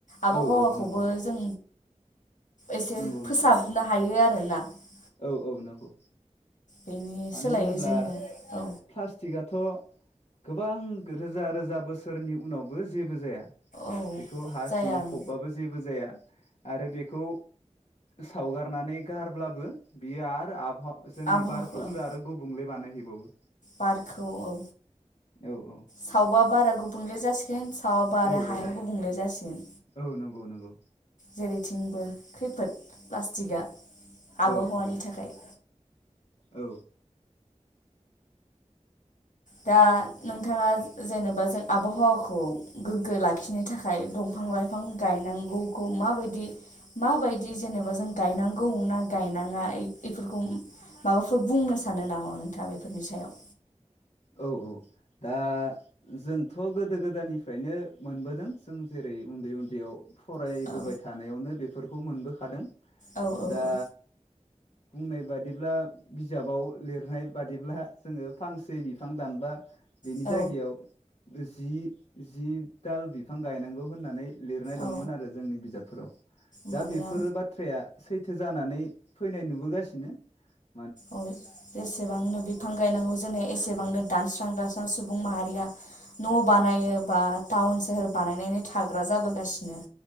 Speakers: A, on the left; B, on the left.
A: आबहावाखौबो
B: औ औ नंगौ
A: जों एसे
B: नंगौ नंगौ
A: फोसाबनो हायो आरो। <unintelligible>
B: औ औ नंगौ।
A: बेनि
B: मानो
A: सोलायै
B: होनोब्ला
A: जोङो औ
B: प्लास्टिकआथ गोबां रोजा रोजा बोसोरनि उनावबो जेबो जाया
A: औ
B: बेखौ हा
A: जाया
B: सिङाव
A: ओं
B: फबबाबो जेबो जाया। आरो बेखौ सावगारनानै गारब्लाबो बियो आरो आबहा जोंनि
A: आबहावाखौ
B: बार खौसो
A: ओं
B: आरो गुबुंले बानाय हैबावो।
A: बारखौ औ
B: औ औ
A: सावबा बारा गुबुंले जासिगोन सावाबा
B: औ
A: आरो हाया
B: औ
A: गुबुंले जासिगोन।
B: औ नंगौ नंगौ।
A: जेरैथिंबो खैफोद प्लास्टिकआ आबहावानि
B: औ औ
A: थाखाय।
B: औ
A: दा नोंथाङा जेनेबा जों आबहावाखौ गोग्गो लाखिनो थाखाय दंफां लाइफां गायनांगौखौ माबायदि माबायदि जेनेबा जों गायनांगौ ना गायनाङा बेफोरखौ माबाफोर बुंनो सानो नामा नोंथाङा बेफोरनि सायाव
B: औ औ दा जोंथ गोदो गोदायनिफ्रायनो मोनबोदों जों जेरै उन्दै उन्दैयाव फरायबोबाय
A: औ
B: थानायावनो बे फोरखौ मोनबोखादों
A: औ औ
B: दा
A: औ
B: बुंनाय बादिब्ला बिजाबाव लिरनाय बादिब्ला जोङो फांसे बि बिफां दानबा बेनि
A: औ
B: जायगायाव जि जि दाल बिफां गायनांगौ होननानै लिरनाय दंमोन
A: औ
B: आरो जोंनि बिजाबफोराव दा
A: मानोना
B: बेफोरो बाथ्राया सैथो जानानै फैनाय नुबोगासिनो दिनो
A: अ जेसेबांनो बिफां गायनांगौ जोंनो एसेबांनो दानस्रां दस्रां सुबुं माहारिया न' बानायो बा टाउन सोहोर बानायनानै थाग्रा जाबोगासिनो